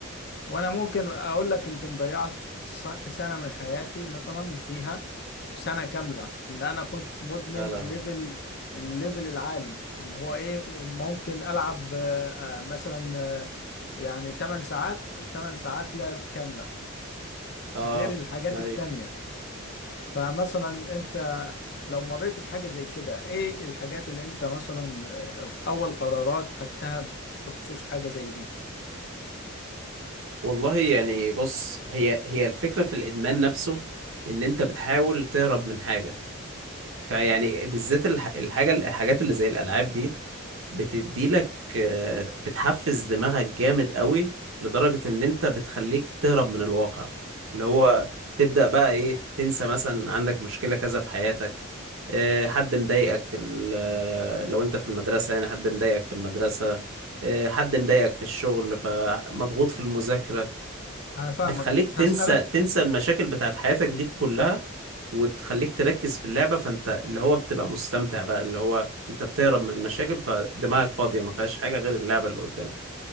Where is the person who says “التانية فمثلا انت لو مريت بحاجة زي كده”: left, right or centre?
Left